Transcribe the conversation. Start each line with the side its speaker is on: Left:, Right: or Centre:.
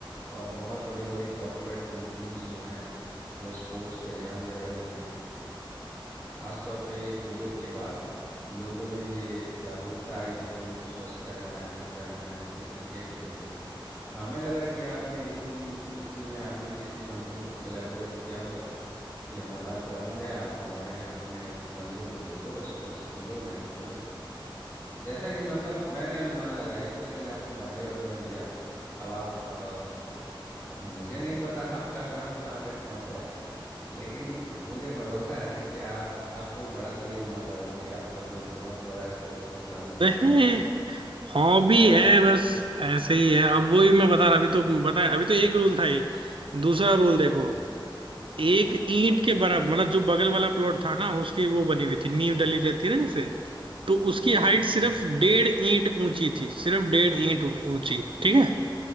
Left: और बहुत बड़ी बड़ी कॉरपोरेट कंपनीज जो हैं वो स्पोर्ट्स पे ध्यान दे रही हैं खास तौर पे ये कोविड के बाद लोगों में ये जागरूकता आई है कि उनको स्वस्थ रहना है फिट रहना है इसलिए क्रिकेट खेलते हैं तो हमें लगा कि आपने इसी इसी में आपने किसी कंपनी से कोलैबोरेट किया होगा कि हमारा ग्राउंड है आप हमारे यहाँ अपने बंदों को भेजो स्पोर्ट्स खेलो मैच खेलो जैसा कि मतलब मैंने अनुमान लगाया इसलिए मैंने आपको बधाई बधाई दिया अब आप अ, अब मुझे नहीं पता <laughs> आपका काम कहाँ तक पहुँचा है लेकिन मुझे भरोसा है कि आप आप कोई बड़ा तीर मार रहे होंगे आपका कोई बहुत बड़ा स्पोर्ट्स का ग्राउंड बन
Right: नहीं
Left: रहा होगा
Right: हॉबी
Left: आप छुपा रहे
Right: है
Left: हो
Right: बस ऐसे ही है अब वही मैं बता रहा अभी तो बताया अभी तो एक रूल था ये दूसरा रूल देखो
Left: हम्म
Right: एक ईंट के बराबर मतलब जो बगल वाला प्लॉट था ना उसकी वो बनी हुई थी नींव डली
Left: हम्म
Right: रहती है ना जैसे तो उसकी हाइट
Left: हम्म
Right: सिर्फ
Left: हम्म,
Right: डेढ़ ईंट ऊंची थी सिर्फ डेढ़ ईंट ऊंची ठीक है